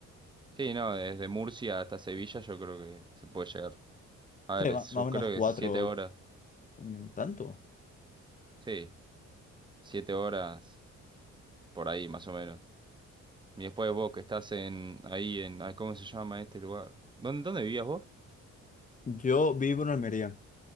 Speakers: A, on the right (about 15°); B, on the left (about 25°).
A: Sí, no, desde Murcia hasta Sevilla yo creo que se puede llegar. A
B: Sí,
A: ver,
B: ma-
A: es-
B: más
A: yo
B: o menos
A: creo
B: cuatro,
A: que 7 horas.
B: un tanto.
A: Sí, 7 horas por ahí más o menos. Y después vos que estás en ahí en ah, ¿cómo se llama este lugar? ¿Dónde, dónde vivías vos?
B: Yo vivo en Almería.